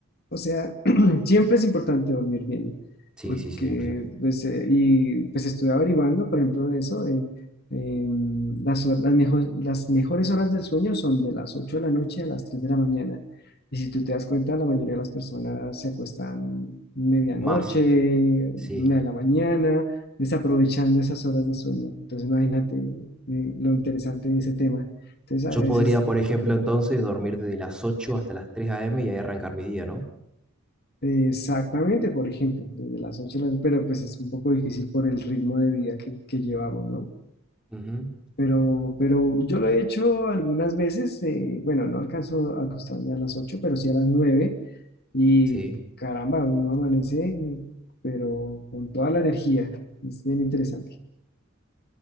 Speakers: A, on the left; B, in the centre.
A: O sea, <clears throat> siempre es importante dormir bien,
B: Sí,
A: porque,
B: sí, sí, 100%.
A: pues, eh, y pues estuve averiguando, por ejemplo, de eso, eh, em, las, hor- las, mejo- las mejores horas del sueño son de las 8 de la noche a las 3 de la mañana. Y si tú te das cuenta, la mayoría de las personas se acuestan medianoche,
B: Más, sí.
A: una de la mañana, desaprovechando esas horas de sueño. Entonces, imagínate, eh, lo interesante de ese tema. Entonces, a
B: Yo
A: veces
B: podría, por ejemplo, entonces dormir desde las 8 hasta las 3 a.m. y ahí arrancar mi día, ¿no?
A: Exactamente, por ejemplo, desde las ocho. de la pero pues es un poco difícil por el ritmo de vida que, que llevamos, ¿no?
B: Ujú,
A: Pero, pero yo lo he hecho algunas veces, eh, bueno, no alcanzo a acostarme a las 8, pero sí a las nueve y
B: Sí.
A: caramba, uno amanece, pero con toda la energía, es bien interesante.